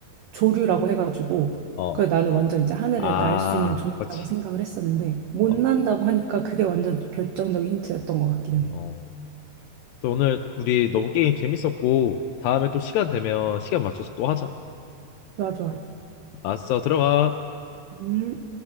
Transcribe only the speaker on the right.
조류라고 해가지고,
그 나는 완전 이제 하늘을
날 수 있는 종류라고
생각을 했었는데, 못
난다고 하니까 그게 완전 결정적인 힌트였던 것 같기는 해.
좋아, 좋아.
음.